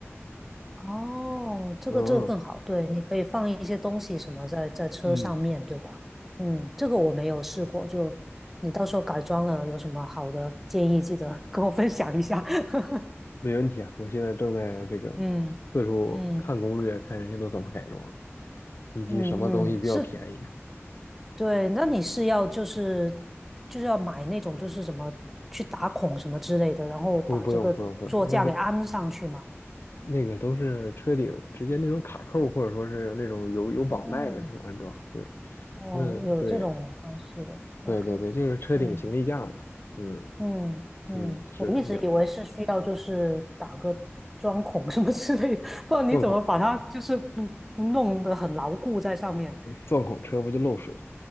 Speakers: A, in the centre; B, on the left.
A: 哦，这个这个更好，
B: 嗯
A: 对，你可以放一些东西什么在在车上面对吧？
B: 嗯，
A: 嗯，这个我没有试过，就你到时候改装了有什么好的建议，记得跟我分享一下。<laughs>
B: 没问题啊！我现在正在这个
A: 嗯嗯
B: 四处看攻略，看人家都怎么改装，以及什么东西比较便宜。
A: 嗯嗯，是，对，那你是要就是就是要买那种就是什么去打孔什么之类的，然后把这个座架给安上去吗？
B: 不，不用，不用，不用，那不那个都是车顶直接那种卡扣，或者说是那种有有绑带的这种安装。
A: 哦
B: 对，
A: 哦，
B: 那对
A: 有这种方式的，OK，
B: 对对对，就是车顶行李架嘛。
A: 嗯
B: 嗯
A: 嗯嗯，
B: 嗯，是的，
A: 我一直以为是需要就是打个钻孔什么之类的，
B: 你要。
A: 不然你怎么把它就是嗯弄得很牢固在上面？
B: 钻孔。
A: <laughs>
B: 钻孔车不就漏水了，